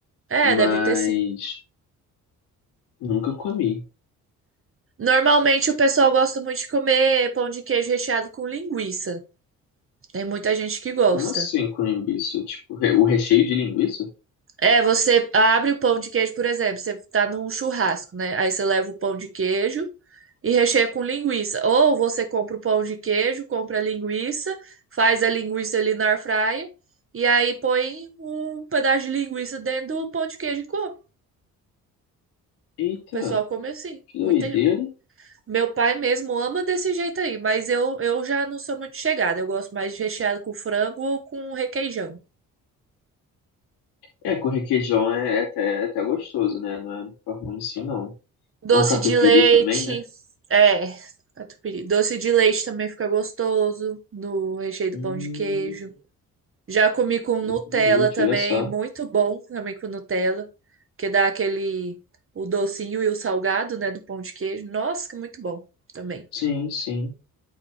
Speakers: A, on the right (about 30°); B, on the left (about 60°).
A: É,
B: Mas
A: deve ter sim.
B: nunca comi.
A: Normalmente o pessoal gosta muito de comer pão de queijo recheado com linguiça. Tem muita gente que gosta.
B: Como assim com linguiça? Tipo, re- o recheio de linguiça?
A: É, você abre o pão de queijo, por exemplo, você tá num churrasco, né? Aí você leva o pão de queijo e recheia com linguiça. Ou você compra o pão de queijo, compra a linguiça, faz a linguiça ali na airfryer e aí põe um pedaço de linguiça dentro do pão de queijo e come. O
B: Eita,
A: pessoal come assim.
B: que doideira.
A: Muita... Meu pai mesmo ama desse jeito aí, mas eu, eu já não sou muito chegada. Eu gosto mais de recheado com frango ou com requeijão.
B: É, com requeijão é, é até, é até gostoso, né? Não é ficar ruim assim, não.
A: Doce
B: É um catupiry
A: de leite.
B: também, né?
A: É, catupiry. Doce de leite também fica gostoso no recheio do
B: Hum,
A: pão de queijo. Já comi com
B: doce
A: Nutella
B: de leite,
A: também,
B: olha só.
A: muito bom também com Nutella, que dá aquele o docinho e o salgado, né, do pão de queijo. Nossa, que muito bom também.
B: Sim, sim.